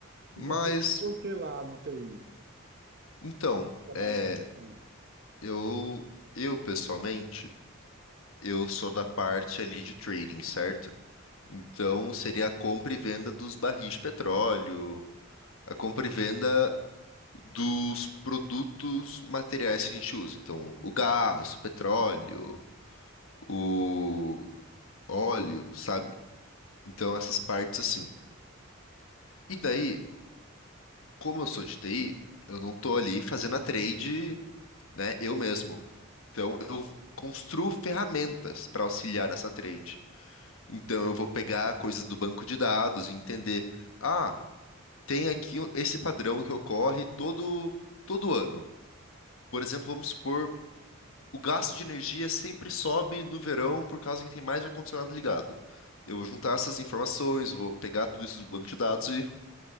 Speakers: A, on the left; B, on the right.
A: Mas,
B: E você fazia o que lá na TI?
A: então,
B: Trabalhando
A: é,
B: com...
A: eu, eu pessoalmente, eu sou da parte ali de trading, certo? Então, seria a compra e venda dos barris de petróleo, a compra e venda dos produtos materiais que a gente usa. Então, o gás, o petróleo, o óleo, sabe? Então, essas partes assim. E daí, como eu sou de TI, eu não tô ali fazendo a trade, né, eu mesmo. Então, eu construo ferramentas para auxiliar nessa trade. Então, eu vou pegar coisas do banco de dados e entender. Ah, tem aqui esse padrão que ocorre todo, todo ano. Por exemplo, vamos supor, o gasto de energia sempre sobe no verão por causa que tem mais ar-condicionado ligado. Eu vou juntar essas informações, vou pegar tudo isso do banco de dados e